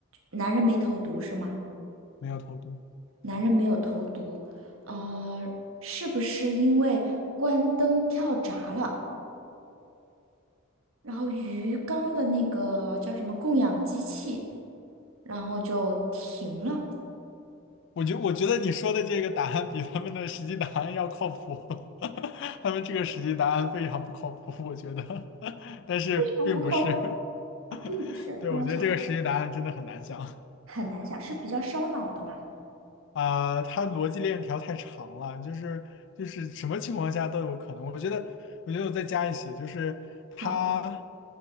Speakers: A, on the right; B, on the left.
A: 男人没投毒是吗？
B: 没有投毒。
A: 男人没有投毒，呃，是不是因为关灯跳闸了，然后鱼缸的那个叫什么供氧机器，然后就停了？
B: 我觉我觉得你说的这个答案比他们的实际答案要靠谱，<laughs> 他们这个实际答案非常不靠谱，我觉得，<laughs> 但是并不是。
A: 嗯，不靠谱啊，并不是。
B: <laughs> 对，
A: 那我想
B: 我觉得这个实际答案真的很难想。
A: 很难想，是比较烧脑的吗？
B: 啊、他逻辑链条太长了，就是就是什么情况下都有可能。我觉得，我觉得我再加一些，就是他，
A: 好，